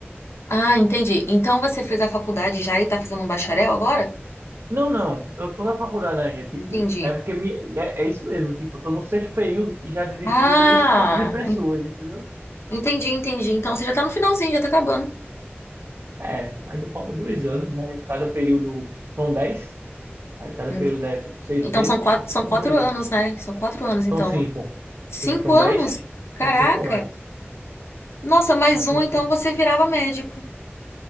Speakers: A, on the left (about 80°); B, on the right (about 65°).
A: Ah, entendi. Então você fez a faculdade já e tá fazendo um bacharel agora?
B: Não, não, eu tô na faculdade ainda, tipo,
A: Entendi.
B: é porque me, é, é isso mesmo, tipo, eu tô no sexto período e já desistiu
A: Ah,
B: esse tanto de pessoas,
A: en-
B: entendeu?
A: entendi, entendi. Então você já tá no finalzinho, já tá acabando.
B: É, ainda falta dois anos, né? Cada período são dez, aí cada
A: En-
B: período é tipo seis
A: Então
B: meses,
A: são quatro,
B: então
A: são
B: falta
A: quatro
B: dois
A: anos,
B: anos.
A: né? São quatro anos, então.
B: São cinco.
A: Cinco
B: Cinco, são
A: anos?
B: dez,
A: Caraca!
B: são cinco anos.
A: Nossa, mais
B: São cinco,
A: um, então você virava médico.